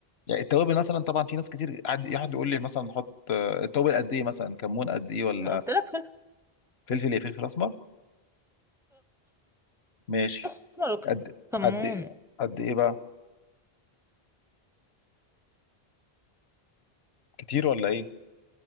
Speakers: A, on the left; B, in the centre.
A: يعني التوابل مثلا طبعا في ناس كتير قعد يقعد يقول لي مثلا نحط آه، التوابل قد ايه مثلا كمون قد ايه ولا
B: انا قلت لك فلفل
A: فلفل ايه فلفل اسمر ماشي
B: اسمر وكمون
A: قد قد قد ايه بقى كتير ولا ايه